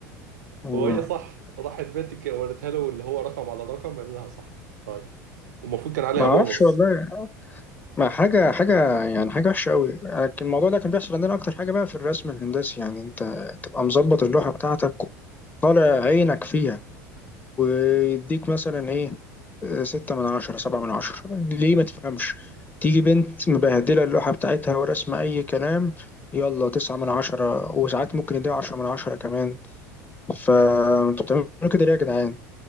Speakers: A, on the left; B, on the right.
A: فاهم
B: وهي صح راحت بنت ك- وريتها له اللي هو رقم على رقم قال لها صح طيب والمفروض كان عليها
A: ما اعرفش
B: بونص
A: والله ما حاجه حاجه يعني حاجه وحشه قوي لكن الموضوع ده كان بيحصل عندنا اكتر حاجه بقى في الرسم الهندسي يعني انت تبقى مظبط اللوحه بتاعتك طالع عينك فيها ويديك مثلا ايه ستة من عشرة سبعة من عشرة ليه ما تفهمش تيجي بنت مبهدلة اللوحة بتاعتها ورسمة أي كلام يلا تسعة من عشرة وساعات ممكن يديها عشرة من عشرة كمان فانتوا بتعملوا كده ليه يا جدعان